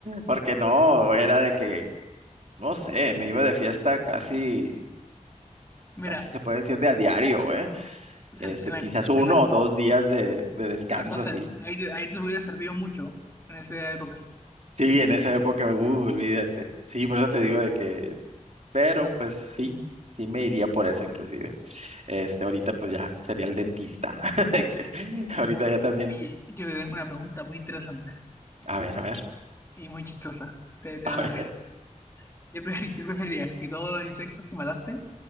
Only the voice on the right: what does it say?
porque no, era de que, no sé, me iba de fiesta casi,
casi se puede decir de a diario, ¿eh?
Este,
quizás
uno
o dos días de, de descanso
así.
Sí, en esa época, uh, olvídate. Sí, por eso te digo de que, pero pues sí, sí me iría por eso inclusive. Este, ahorita pues ya sería el dentista. <laughs> que Ahorita ya también.
A ver, a ver,
a